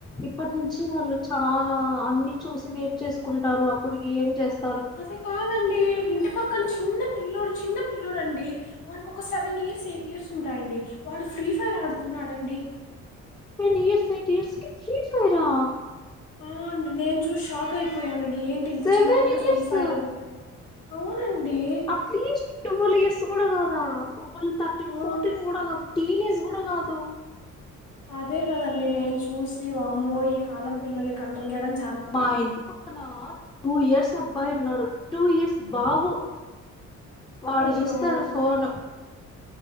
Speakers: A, on the left; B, on the left.
A: ఇప్పటి నుంచి వాళ్ళు చాలా అన్ని చూసి నేర్చేసుకుంటారు అప్పటికి ఏం చేస్త
B: అదే కాదండి ఇంటి పక్కన చిన్న పిల్లుడు చిన్న పిల్లడుండి వాడికి ఒక సెవెన్ ఇయర్స్ ఎయిట్ ఇయర్స్ ఉంటాయండి వాడు ఫ్రీ ఫైర్ ఆడుతున్నాడండి
A: న్ ఇయర్స్ ఎయిట్ ఇయర్స్ క ఫ్రీ ఫైరా
B: ఆ నేను చూసి షాక్ అయిపోయాను ఏంటి ఇంత
A: సెవెన్
B: చిన్న పిల్లలు
A: ఇయర్స్
B: ఫ్రీ ఫైర్ అవునండి
A: అట్లీస్ట్ ట్వెల్వ్ ఇయర్స్ కూడా కాదా ట్వల్్ థర్టీన్
B: ఆ
A: ఫోర్టీన్ కూడా కాదు టీనేజ్ కూడా కాదు
B: అదే కదండి నేను చూసి వామ్ో ఈ కాలం పిల్లల్ని కంట్రోల్ చేయడానికి
A: మా ఇంటి పక్కన టూ ఇయర్స్ అబ్బాయి నోడు టూ ఇయర్స్ బావు వాడు
B: అయ్యో
A: చూస్తాడు ఫోన్